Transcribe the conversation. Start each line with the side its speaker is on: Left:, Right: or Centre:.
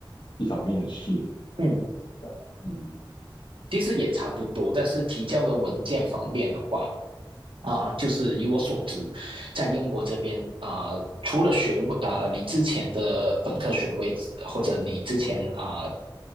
Left: 一场面试，
Right: 嗯，
Left: 这样，嗯
Right: 其实也差不多，但是提交的文件方面的话。啊、就是以我所知，在英国这边啊、呃除了学位啊、呃你之前的本科学位或者你之前啊、呃